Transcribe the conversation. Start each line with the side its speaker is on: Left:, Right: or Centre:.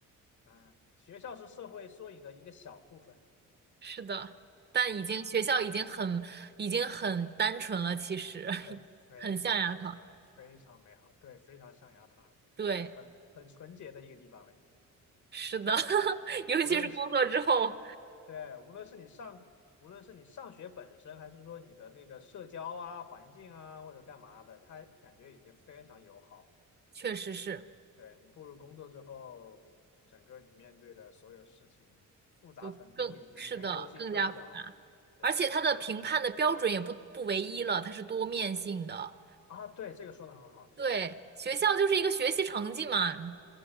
Left: 啊、学校是社会缩影的一个小部分。
Right: 是的，但已经学校已经很已经很单纯了，
Left: 对，
Right: 其实 <laughs>
Left: 对，非常单纯，
Right: 很象牙塔。
Left: 非常美好，对，非常象牙塔，
Right: 对，
Left: 对，很很纯洁的一个地方了。
Right: 是的，<laughs> 尤其是工作之后，
Left: 无论是对，无论是你上，无论是你上学本身，还是说你的那个社交啊、环境啊，或者干嘛的，它感觉已经非常友好了。
Right: 确实是
Left: 对，你步入工作之后，整个你面对的所有事情复杂程度以及里面勾心斗角，
Right: 就更是的更加复杂，
Left: 对
Right: 而且它的评判的标准也不不唯一了，它是多面性的。
Left: 啊，对，这个说的很好，是的，
Right: 对，学校就是一个学习成绩嘛。